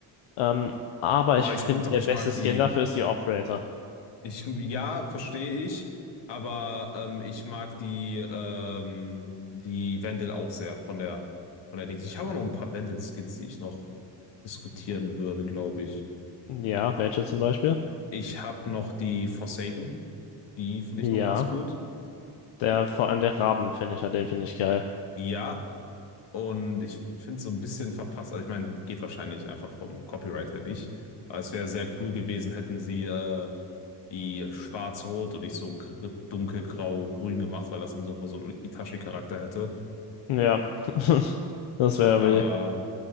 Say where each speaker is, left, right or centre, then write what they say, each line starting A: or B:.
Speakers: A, on the left; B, on the left.
A: ähm, aber
B: Oh,
A: ich
B: ich,
A: finde,
B: doch,
A: der
B: ich
A: beste
B: mag die,
A: Skin dafür ist die Operator.
B: Ich, ja, verstehe ich, aber ähm, ich mag die, ähm, die Wendel auch sehr von der, von der Dings. Ich habe auch noch ein paar Wendel-Skins, die ich noch diskutieren würde, glaube ich.
A: Ja, welche zum Beispiel?
B: Ich habe noch die Forsaken, die finde
A: Ja,
B: ich noch ganz gut.
A: der, vor allem der Raben-Finisher, den finde ich geil.
B: Ja, und ich finde es so ein bisschen verpasst. Also ich meine, geht wahrscheinlich einfach vom Copyright her nicht. Aber es wäre sehr cool gewesen, hätten sie äh, die schwarz-rot und nicht so gr- dunkelgrau-grün gemacht, weil das dann so, so einen Itachi-Charakter hätte.
A: Ja, <laughs> das wäre
B: Aber
A: irgendwie